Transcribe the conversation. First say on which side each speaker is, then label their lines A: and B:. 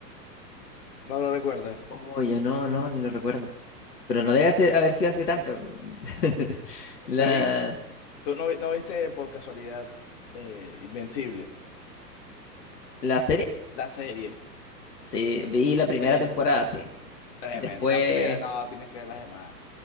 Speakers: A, on the left; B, on the left.
A: No lo recuerdas.
B: Oh, yo no, no, ni lo recuerdo. Pero no debe ser, haber sido hace tanto. <laughs>
A: O
B: La,
A: sea, y tú no, vi- no viste por casualidad eh, Invencible,
B: la serie.
A: la serie.
B: Sí, vi la primera
A: Tremendo,
B: temporada, sí.
A: tremendo.
B: Después,
A: La primera, no, tienes que ver las demás.